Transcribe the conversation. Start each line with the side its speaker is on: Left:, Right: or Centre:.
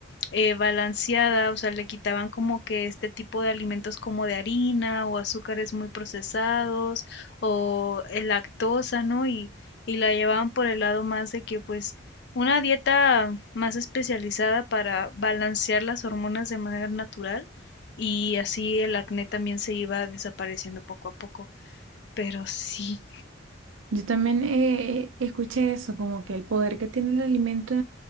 Left: eh, balanceada, o sea, le quitaban como que este tipo de alimentos como de harina o azúcares muy procesados o eh, lactosa, ¿no? Y, y la llevaban por el lado más de que pues una dieta más especializada para balancear las hormonas de manera natural y así el acné también se iba desapareciendo poco a poco. Pero sí,
Right: Yo también eh, escuché eso, como que el poder que tiene el alimento